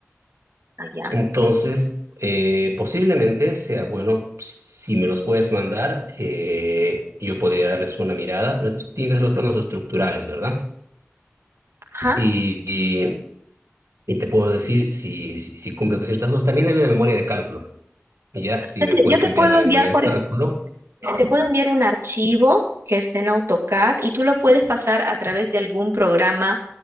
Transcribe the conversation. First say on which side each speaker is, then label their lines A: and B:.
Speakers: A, on the right (about 65°); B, on the right (about 90°).
A: Allá.
B: Entonces, eh, posiblemente sea bueno, si me los puedes mandar, eh, yo podría darles una mirada, pero tienen que ser los planos estructurales, ¿verdad?
A: Ajá.
B: Y, y, y te puedo decir si, si, si cumple con ciertas cosas. También hay una memoria de cálculo, y ya, si
A: Yo
B: me
A: te,
B: puedes
A: yo te
B: enviar
A: puedo
B: la memoria
A: enviar
B: de
A: por
B: cálculo,
A: eso. Te puedo enviar un archivo que esté en AutoCAD y tú lo puedes pasar a través de algún programa